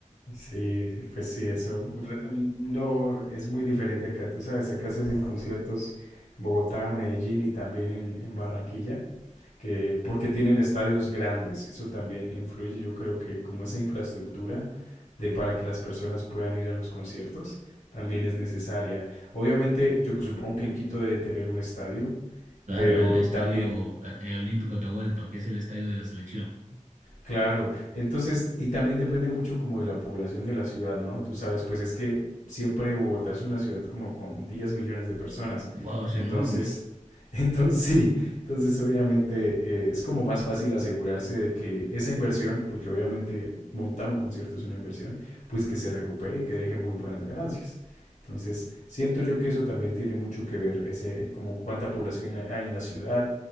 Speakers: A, on the left; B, on the right.
A: Sí, sí, pues sí, eso. re- No, es muy diferente acá. Tú sabes, acá se hacen conciertos en Bogotá, Medellín y también en, en Barranquilla. que porque tienen estadios grandes, eso también influye, yo creo que como esa infraestructura de para que las personas puedan ir a los conciertos también es necesaria. Obviamente, yo supongo que en Quito deben tener un estadio,
B: Claro,
A: pero
B: el estadio
A: también.
B: eh, eh, Olímpico Atahualpa, que es el estadio de la selección.
A: Claro, entonces, y también depende mucho como de la población de la ciudad, ¿no? Tú sabes, pues es que siempre Bogotá es una ciudad como con 10 millones de personas,
B: Wow, es
A: entonces,
B: enorme.
A: <laughs> entonces sí, entonces obviamente eh, es como más fácil asegurarse de que esa inversión, porque obviamente montar un concierto es una inversión, pues que se recupere y que deje muy buenas ganancias. Entonces, siento yo que eso también tiene mucho que ver, ese, como cuánta población hay hay en la ciudad,